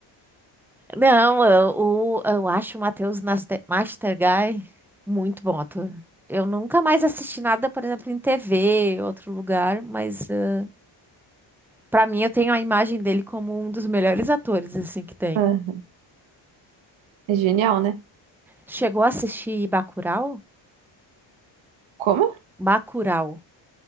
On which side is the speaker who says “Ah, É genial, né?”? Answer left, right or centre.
Right